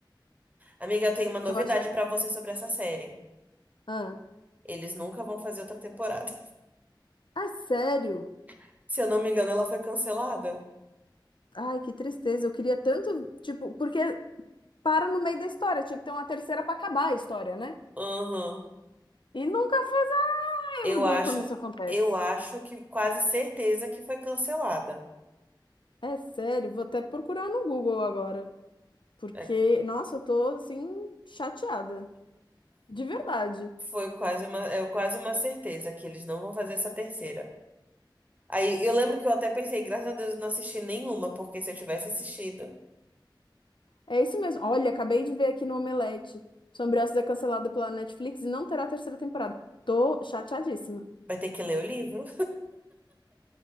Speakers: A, on the right; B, on the left.
A: Amiga, eu tenho uma novidade
B: Eu achei.
A: pra você sobre essa série.
B: Ah,
A: Eles nunca vão fazer outra temporada.
B: ah, sério?
A: <laughs> Se eu não me engano, ela foi cancelada.
B: Ai, que tristeza. Eu queria tanto, tipo, porque para no meio da história. Tinha que ter uma terceira para acabar a história, né?
A: Aham.
B: E nunca faz. Ah,
A: Eu
B: eu odeio
A: acho,
B: quando isso acontece.
A: eu acho que quase certeza que foi cancelada.
B: É sério, vou até procurar no Google agora. Porque,
A: É.
B: nossa, eu tô assim, chateada. De verdade.
A: Foi quase uma, é quase uma certeza que eles não vão fazer essa terceira. Aí eu lembro que eu até pensei, graças a Deus, eu não assisti nenhuma, porque se eu tivesse assistido.
B: É isso mesmo. Olha, acabei de ver aqui no Omelete. Sombreaços é cancelada pela Netflix e não terá terceira temporada. Tô chateadíssima.
A: Vai ter que ler o livro.